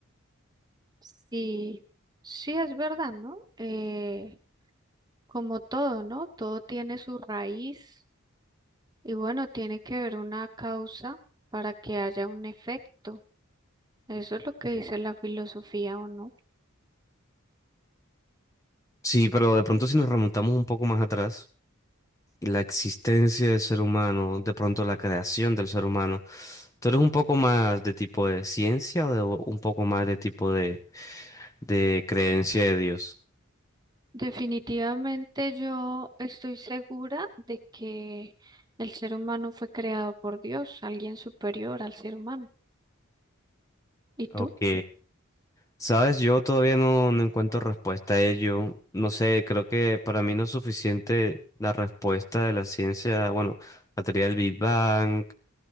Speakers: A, on the right (about 20°); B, on the left (about 15°).
A: Sí, sí es verdad, ¿no? Eh, como todo, ¿no? Todo tiene su raíz, Y bueno, tiene que haber una causa para que haya un efecto. Eso es lo que dice la filosofía, ¿o no?
B: Sí, pero de pronto si nos remontamos un poco más atrás, la existencia del ser humano, de pronto la creación del ser humano, ¿tú eres un poco más de tipo de ciencia o de un poco más de tipo de creencia de Dios.
A: Definitivamente yo estoy segura de que el ser humano fue creado por Dios, alguien superior al ser humano. ¿Y tú?
B: Ok. Sabes, yo todavía no, no encuentro respuesta a ello. No sé, creo que para mí no es suficiente la respuesta de la ciencia, bueno, la teoría del Big Bang,